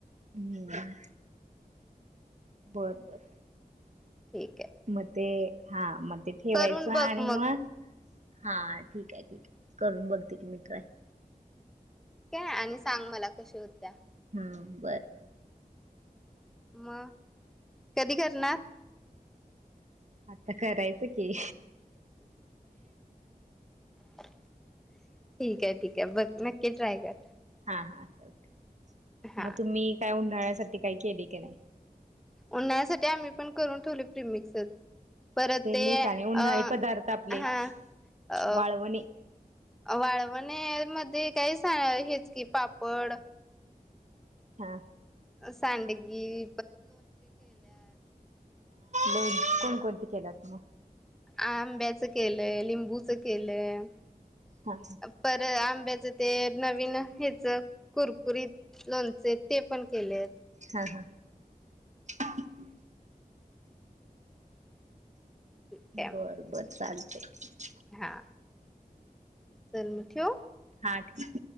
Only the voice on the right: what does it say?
हम्म, बर-बर
म ते, हां म ते ठेवायचं
आणि
म हां ठीक आय ठीक आय. करून बघते की मी ट्राय.
हम्म बर
आता करायचं की.
हां-हां <unintelligible>
म तुम्ही काय उन न्हाळ्यासाठी काय केली का नाई?
मिक्स
आणि उन्हाळी पदार्थ आपले
वाळवणे
हाअ्ं.
लोनचे कोण कोणती केल्यात मग?
हा
हां हां.
बर बरं चाल. थक <inaudible>
हां ठेव.